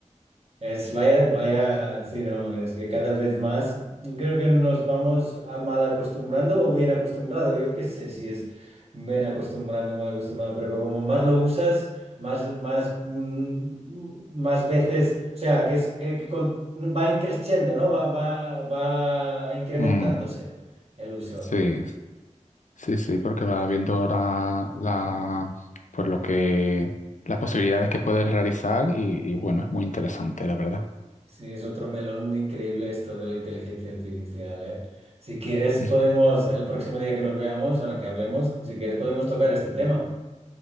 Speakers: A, on the right; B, on the left.
A: Es vaya, vaya, sí, no, es que cada vez más creo que nos vamos a mal acostumbrando o bien acostumbrado. Yo qué sé si es bien acostumbrando, mal acostumbrado, pero como más lo usas, más, más, mm, más veces, o sea, que es que, que con- va increciendo, ¿no? Va, va, va incrementándose
B: Mm,
A: el uso.
B: sí, sí, sí, porque va viendo ahora la, pues lo que, las posibilidades que puedes realizar y, y bueno, es muy interesante, la verdad.
A: Sí, es otro melón increíble esto de la inteligencia artificial, ¿eh? Si quieres,
B: <laughs>
A: podemos, el próximo día que nos veamos, bueno, que hablemos, si quieres, podemos tocar este tema.